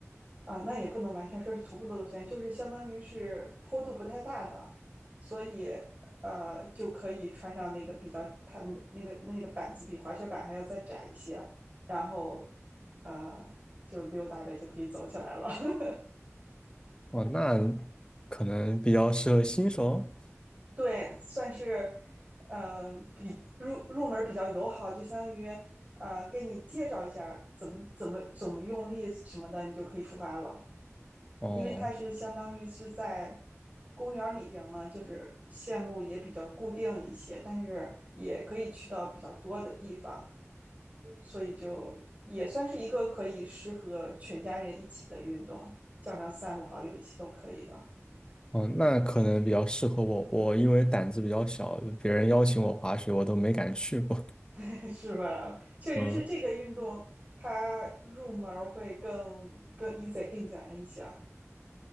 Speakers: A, on the right; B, on the left.
A: 啊，那也不能完全说是徒步的路线，就是相当于是坡度不太大的，所以呃就可以穿上那个比较它那个那个那个板子比滑雪板还要再窄一些，然后呃就溜达着就可以走起来了。<laughs>
B: 哦，那可能比较适合新手。
A: 对，算是呃比入入门比较友好，就相当于呃给你介绍一下怎么怎么怎么用力什么的，你就可以出发了。
B: 哦
A: 因为它是相当于是在公园里边嘛，就是线路也比较固定一些，但是也可以去到比较多的地方，所以就也算是一个可以适合全家人一起的运动，叫上三五好友一起都可以的。
B: 哦，那可能比较适合我。我因为胆子比较小，别人邀请我滑雪，我都没敢去过。
A: <laughs> 是吧？确实是这个运动，
B: 嗯
A: 它入门儿会更更 easy 更简单一些啊。